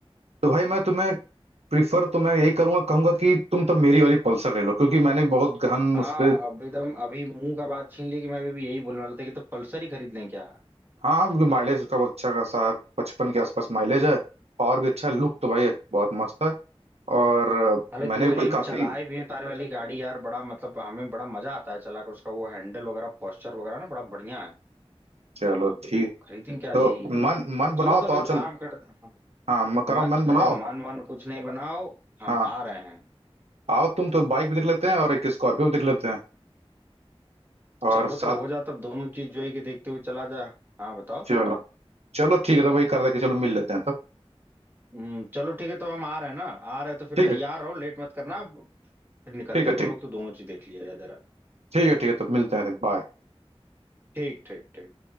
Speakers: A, on the right; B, on the right.
A: तो भाई मैं तुम्हें प्रीफर तो मैं यही करूंगा कहूंगा कि तुम तो मेरी वाली पल्सर ले लो क्योंकि मैंने बहुत गहन
B: हाँ
A: उस पर
B: अब एकदम अभी मुंह का बात छीन ली कि मैं अभी भी यही बोलने वाला था कि तो पल्सर ही खरीद लें क्या
A: हाँ क्योंकि माइलेज उसका बहुत अच्छा खासा है पचपन के आसपास माइलेज है और भी अच्छा लुक तो भाई बहुत मस्त है और अ,
B: हालांकि
A: मैंने
B: ये वाली
A: भी
B: हम
A: काफी
B: चलाए भी हैं तार वाली गाड़ी यार बड़ा मतलब हमें बड़ा मजा आता है चला कर उसका वो हैंडल वगैरह पोस्चर वगैरह ना बड़ा बढ़िया है
A: चलो
B: तो
A: ठीक
B: खरीदें क्या यही
A: तो मन मन
B: चलो
A: बनाओ
B: तब
A: तो आओ
B: एक काम
A: चल
B: करते हैं
A: हाँ मैं कह रहा
B: मत
A: हूँ मन बनाओ
B: अरे मन वन कुछ नहीं बनाओ हम
A: हाँ
B: आ रहे हैं
A: आओ तुम तो बाइक भी देख लेते हैं और एक स्कॉर्पियो भी देख लेते हैं और
B: चलो
A: साथ
B: तब हो जाए तब दोनों चीज जो है कि देखते हुए चला जाए हाँ बताओ
A: चलो चलो ठीक है तो वही कर रहा कि चलो मिल लेते हैं तब
B: हम्म, चलो ठीक है तो हम आ रहे हैं ना आ रहे हैं तो फिर
A: ठीक
B: तैयार
A: है
B: रहो लेट मत करना अब फिर निकलते
A: ठीक है
B: हैं दोनों
A: ठीक
B: लोग तो दोनों चीज देख लिया जाए जरा
A: ठीक है ठीक है तब मिलते हैं बाय
B: ठीक ठीक ठीक